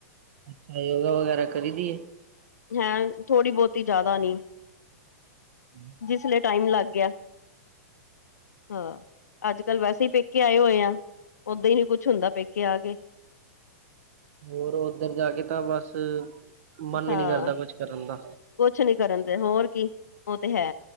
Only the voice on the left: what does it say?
ਹੈਂ ਥੋੜ੍ਹੀ ਬਹੁਤੀ ਜ਼ਿਆਦਾ ਨੀ।
ਜਿਸ ਲੇ ਟਾਈਮ ਲੱਗ ਗਿਆ ਹਾਂ। ਅੱਜ ਕੱਲ ਵੈਸੇ ਹੀ ਪੇਕੇ ਆਏ ਹੋਏ ਆ ਓਦਾਂ ਹੀ ਨੀ ਕੁੱਛ ਹੁੰਦਾ ਪੇਕੇ ਆ ਕੇ।
ਹਾਂ
ਕੁਛ ਨੀ ਕਰਨ ਦੇ ਹੋਰ ਕੀ ਉਹ ਤੇ ਹੈ।